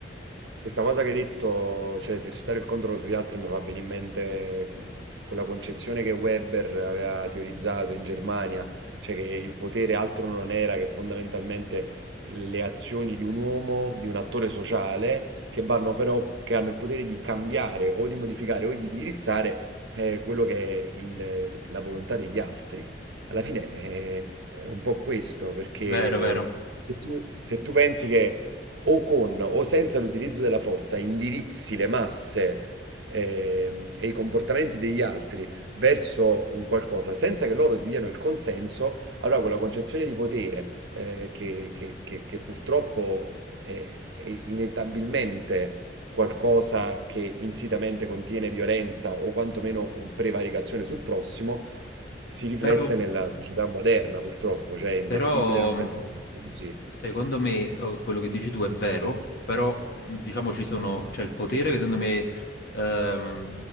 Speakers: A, on the right (about 75°); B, on the left (about 60°).
A: Questa cosa che hai detto, cioè esercitare il controllo sugli altri, mi fa venire in mente mh, quella concezione che Weber aveva teorizzato in Germania, cioè che il potere altro non era che fondamentalmente le azioni di un uomo, di un attore sociale, che vanno però, che hanno il potere di cambiare o di modificare o di indirizzare eh, quello che è il- la volontà degli altri. Alla fine è, è un po' questo, perché
B: Vero, vero.
A: se tu, se tu pensi che o con o senza l'utilizzo della forza indirizzi le masse ehm, e i comportamenti degli altri verso un qualcosa senza che loro ti diano il consenso, allora quella concezione di potere eh, che, che- che- che purtroppo è, è inevitabilmente qualcosa che insitamente contiene violenza o quantomeno un- prevaricazione sul prossimo, si riflette
B: Però,
A: nella società moderna, purtroppo, cioè è impossibile
B: però
A: non
B: mh,
A: pensare che sia così.
B: Secondo me eh, quello che dici tu è vero, però mh, diciamo ci sono, c'è il potere che secondo me ehm,